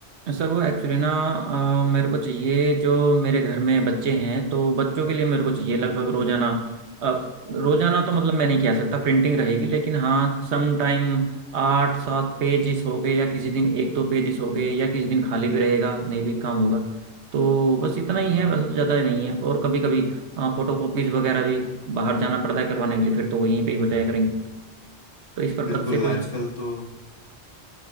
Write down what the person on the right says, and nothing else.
सर वो एक्चुअली ना अ, मेरे को चाहिए जो मेरे घर में बच्चे हैं तो बच्चों के लिए मेरे को चाहिए लगभग रोजाना अब रोजाना तो मतलब मैं नहीं कह सकता प्रिंटिंग रहेगी लेकिन हाँ सम टाइम आठ सात पेजेस हो गए या किसी दिन एक दो पेजेस हो गए या किसी दिन खाली भी रहेगा नहीं भी काम होगा तो बस इतना ही
है वैसे तो ज़्यादा नहीं है और कभी कभी फोटो कॉपीज वगैरह भी बाहर जाना पड़ता है करवाने के लिए फिर तो वहीं पे ही हो जाया करेंगे तो इस पर्पज
से कोई